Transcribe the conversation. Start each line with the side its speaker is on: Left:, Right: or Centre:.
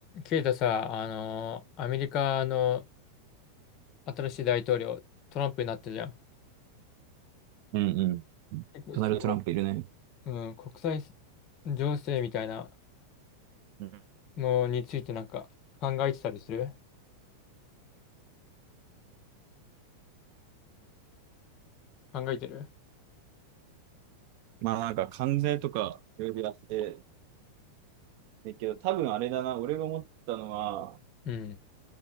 Left: ケイタさ、あのーアメリカの新しい大統領、トランプになったじゃん。
Right: うんうん。
Left: 結構そ
Right: ドナルド・トランプいるね。
Left: の、うん、国際情勢みたいな
Right: うん
Left: のについてなんか考えてたりする考えてる
Right: まあなんか関税とかいろいろやってるけど、多分あれだな、俺が思ったのは、
Left: うん、